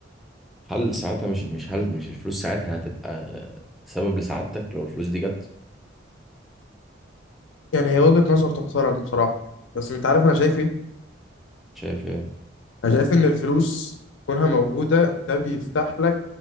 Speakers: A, in the centre; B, on the left.
A: هل ساعتها مش مش هل مش الفلوس ساعتها هتبقى سبب لسعادتك لو الفلوس دي جت
B: يعني هي وجهه نظر تحترم بصراحه بس انت عارف انا شايف ايه
A: شايف ايه
B: انا شايف ان الفلوس كونها موجوده ده بيفتح لك